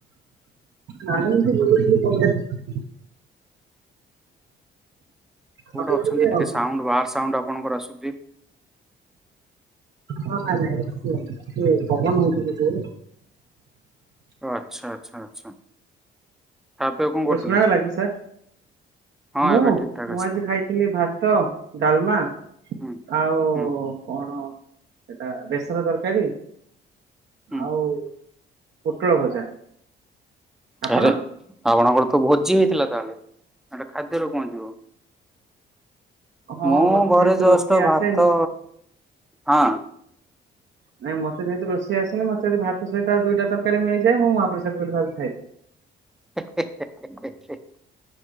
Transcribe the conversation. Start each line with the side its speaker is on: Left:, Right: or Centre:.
Right: ନାଆଁମଏମିତି ବୁଲିକି ନି ପଳିଆଇନୁ।
Centre: କୋଉଠି
Right: ଭାବୁଥିଲି
Centre: ଅଛନ୍ତି ଟିକେ
Right: ଆଉ
Centre: ସାଉଣ୍ଡ ବାହାର ସାଉଣ୍ଡ ଆପଣଙ୍କର ଆସୁଚି?
Right: ହଁ ନାଇଁ ନାଇଁ କୁହନ୍ତୁ ଇଏ ପବନ ହୋଉଚି ତ ଯୋରେ।
Centre: ଆଚ୍ଛା ଆଚ୍ଛା ଆଚ୍ଛା। ଖା ପିଆ କଣ
Right: ଏବେ
Centre: କରୁଥିଲେ
Right: ଶୁଣାଗଲକି ସାରେ?
Centre: ହଁ
Right: ମୁଁ
Centre: ଏବେ
Right: ମୁଁ
Centre: ଠିକ ଠାକ ଆସିଲା
Right: ଆଜି ଖାଇ ଥିଲି ଭାତ ଡାଲମା
Centre: ହୁଁ।
Right: ଆଉ
Centre: ହୁଁ
Right: କଣ ସେଟା ବେସର ତରକାରୀ
Centre: ହୁଁ
Right: ଆଉ ପୋଟଳ ଭଜା। ଆପଣ?
Centre: ଆରେ ଆପଣଙ୍କର ତ ଭୋଜି ହେଇଥିଲା ତାହେଲେ ହେଟା ଖାଦ୍ୟରେ କଣ ଯିବ।
Right: ହଁ
Centre: ମୁଁ
Right: ମତେ
Centre: ଘରେ
Right: ଯେହେତୁ
Centre: ଯଷ୍ଟ
Right: ରୋଷେଇ
Centre: ଭାତ
Right: ଆସେନି
Centre: ହଁ।
Right: ନାଇଁ ମତେ ଯେହେତୁ ରୋସେଇ ଆସେନି ମତେ ଯଦି ଭାତ ସହିତ ଆଉ ଦୁଇଟା ତରକାର ମିଳିଯାଏ ମୁଁ ମହାପ୍ରସାଦ ବୋଲି ଭାବିକି ଖାଇଦିଏ।
Centre: ହେ ହେ ହେ